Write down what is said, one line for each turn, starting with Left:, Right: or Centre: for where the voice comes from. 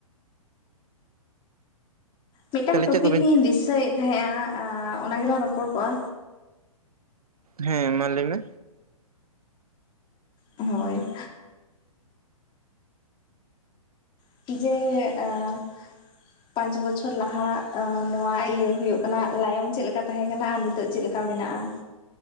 Left: ᱢᱤᱫᱴᱟᱝ
Right: ᱛᱟᱦᱞᱮ
Left: ᱴᱚᱯᱤᱠ
Right: ᱪᱮᱫ ᱠᱚᱵᱮᱱ
Left: ᱱᱤᱭᱮᱧ <unintelligible> ᱫᱤᱥᱟᱹᱭᱮᱫ ᱛᱟᱦᱮᱸᱜᱼᱟ ᱾ ᱚᱱᱟ ᱜᱮᱞᱟᱝ ᱨᱚᱯᱚᱲ ᱠᱚᱜᱼᱟ᱾
Right: ᱦᱮᱸ, ᱢᱟ ᱞᱟᱹᱭ ᱢᱮ᱾
Left: ᱦᱳᱭ᱾ <unintelligible> ᱯᱟᱸᱪ ᱵᱚᱪᱷᱚᱨ ᱞᱟᱦᱟ᱾ ᱱᱚᱣᱟ ᱤᱭᱟᱹ ᱦᱳᱭᱳᱜ ᱠᱟᱱᱟ ᱞᱟᱭᱚᱝ ᱪᱮᱫ ᱞᱮᱠᱟ ᱛᱟᱦᱮᱸ ᱠᱟᱱᱟ ᱾ ᱟᱨ ᱱᱤᱛᱼᱼ ᱱᱤᱛᱳᱜ ᱪᱮᱫ ᱞᱮᱠᱟ ᱢᱮᱱᱟᱜᱼᱟ᱾